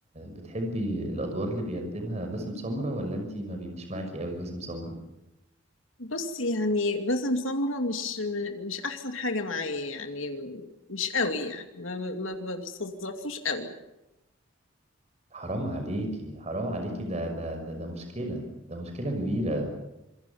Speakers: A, on the right; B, on the left.
A: بتحبي الأدوار اللي بيقدمها باسم سمرة ولا أنت ما بيجيش معاكي قوي باسم سمرة؟
B: بص يعني باسم سمرة مش م- مش احسن حاجه معايا يعني م- مش قوي يعني ما ما ما بستظرفوش قوي
A: حرام عليكي حرام عليكي ده ده ده ده مشكلة ده مشكلة كبيرة